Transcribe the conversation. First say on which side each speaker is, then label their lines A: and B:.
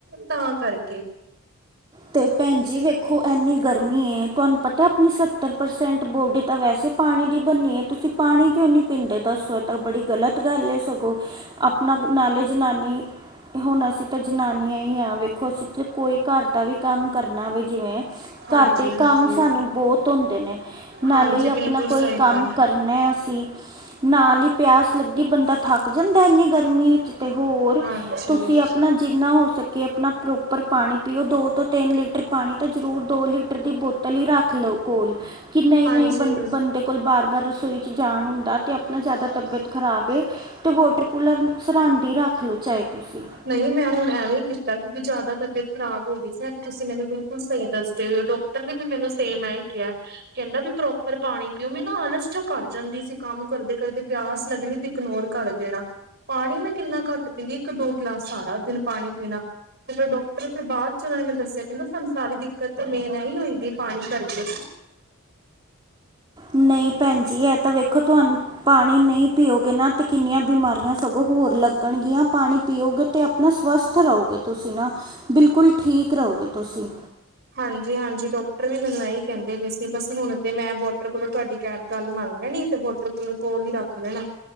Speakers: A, on the right; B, on the right.
A: ਤਾਂ ਕਰਕੇ।
B: ਤੇ ਭੈਣ ਜੀ ਵੇਖੋ ਐਨੀ ਗਰਮੀ ਏ ਤੁਹਾਨੂੰ ਪਤਾ ਆਪਣੀ ਸੱਤਰ ਪਰਸੈਂਟ ਬੋਡੀ ਤਾਂ ਵੈਸੇ ਪਾਣੀ ਦੀ ਬਣੀ ਏ ਤੁਸੀਂ ਪਾਣੀ ਕਿਉਂ ਨੀ ਪਿੰਦੇ ਦੱਸੋ ਏ ਤਾਂ ਬੜੀ ਗਲਤ ਗੱਲ ਏ ਸਗੋਂ, ਆਪਣਾ ਨਾਲੇ ਜਨਾਨੀ ਹੁਨ ਅਸੀਂ ਤਾਂ ਜਨਾਨੀਆਂ ਈ ਆਂ ਵੇਖੋ ਅਸੀਂ ਤੇ ਕੋਈ ਘਰ ਦਾ ਵੀ ਕੰਮ ਕਰਨਾ ਵੇ ਜਿਵੇਂ
A: ਹਾਂਜੀ
B: ਘਰ ਦੇ
A: ਹਾਂਜੀ
B: ਕੰਮ ਸਾਨੂੰ ਬੋਤ ਹੁੰਦੇ ਨੇ ਨਾਲੇ
A: ਹਾਂਜੀ
B: ਹੀ
A: ਬਿਲਕੁਲ
B: ਅਪਨਾ ਕੋਈ
A: ਸਹੀ
B: ਕੰਮ
A: ਗੱਲ
B: ਕਰ ਨਾ ਅਸੀ ਨਾਲ ਈ ਪਿਆਸ ਲੱਗੀ ਬੰਦਾ ਥੱਕ ਜਾਂਦਾ ਐ ਇਨੀ ਗਰਮੀ 'ਚ ਤੇ ਹੋਰ
A: ਹਾਂਜੀ।
B: ਤੇ ਆਪਣਾ ਜਿੰਨਾ ਹੋ ਸਕੇ ਅਪਣਾ ਪ੍ਰੋਪਰ ਪਾਣੀ ਪੀਓ ਦੋ ਤੋਂ ਤਿੰਨ ਲੀਟਰ ਪਾਣੀ ਤਾਂ ਜ਼ਰੂਰ, ਦੋ ਲੀਟਰ ਦੀ ਬੋਤਲ ਹੀ ਰੱਖ ਲੋਂ ਕੋਲ। ਕਿ ਨਈ-ਨਈ
A: ਹਾਂਜੀ
B: ਬੰ ਬੰਦੇ ਕੋਲ ਬਾਰ-ਬਾਰ ਰਸੋਈ 'ਚ ਜਾਣ ਹੁੰਦਾ ਤੇ ਆਪਣਾ ਜਾਦਾ ਤਬੀਅਤ ਖ਼ਰਾਬ ਏ ਤੇ ਵੋਟਰ ਕੂਲਰ ਸਰਹਾਂਦੀ ਰੱਖ ਲੋ ਚਾਹੇ ਤੁਸੀਂ।
A: ਨਈ ਮੈਂ ਹੁਣ ਐਵੇ ਹੀ ਕੀਤਾ ਕਿਉਂਕਿ ਜਾਦਾ ਤਬੀਅਤ ਖ਼ਰਾਬ ਹੋ ਗਈ ਸੀ ਐ ਤੇ ਤੁਸੀਂ ਮੈਨੂੰ ਬਿਲਕੁਲ ਸਹੀ ਦੱਸਦੇ ਪਏ ਓ ਡਾਕ ਟਰ ਨੇ ਵੀ ਮੈਨੂੰ ਸੇਮ ਐ ਈ ਕਿਹਾ। ਕਹਿੰਦਾ ਵੀ ਪ੍ਰੋਪਰ ਪਾਣੀ ਪੀਓ, ਮੈ ਨਾ ਆਲਸ ਜਾ ਕਰ ਜਾਂਦੀ ਸੀ ਕੰਮ ਕਰਦੇ-ਕਰਦੇ ਪਿਆਸ ਲੱਗਣੀ ਇਗਨੋਰ ਕਰ ਦੇਣਾ, ਪਾਣੀ ਮੈਂ ਕਿੰਨਾ ਘੱਟ ਪੀਂਦੀ, ਇੱਕ ਦੋ ਗਲਾਸ ਸਾਰਾ ਦਿਨ ਪਾਣੀ ਪੀਣਾ। ਤੇ ਫਿਰ ਡਾਕਟਰ ਫਿਰ ਬਾਦ 'ਚ ਓਨਾਂ ਨੇ ਮੈਨ ਦੱਸਿਆ ਕਹਿੰਦਾ ਤੁਹਾਨੂੰ ਸਾਰੀ ਦਿੱਕਤ ਤੇ ਮੇਨ ਐ ਹੀ ਹੋਈ ਦੀ ਪਾਣੀ ਕਰਕੇ।
B: ਨਈ ਭੈਣ ਜੀ ਐ ਤਾਂ ਵੇਖੋ ਤੁਹਾਨੂੰ ਪਾਣੀ ਨਹੀਂ ਪੀਓਗੇ ਨਾ ਤੇ ਕਿੰਨੀਆਂ ਬਿਮਾਰੀਆਂ ਸਗੋਂ ਹੋਰ ਲੱਗਣਗੀਆਂ, ਪਾਣੀ ਪੀਓਗੇ ਤੇ ਅਪਨਾ ਸਵਸਥ ਰਹੋਗੇ ਤੁਸੀਂ ਨਾ, ਬਿਲਕੁਲ ਠੀਕ ਰਹੋਗੇ ਤੁਸੀਂ।
A: ਹਾਂਜੀ, ਹਾਂਜੀ ਡਾਕਟਰ ਵੀ ਮੈਨੂੰ ਐਹੀ ਕਹਿੰਦੇ ਨੇ ਪਏ ਸੀ ਬਸ ਹੁਣ ਤੇ ਮੈਂ ਬਹੁ ਵਾਟਰ ਕੂਲਰ ਤੁਹਾਡੀ ਕ ਗੱਲ ਮੰਨ ਲੈਣੀ, ਤੇ ਵਾਟਰ ਕੂਲਰ ਕੋਲ ਹੀ ਰੱਖ ਲੈਣਾ।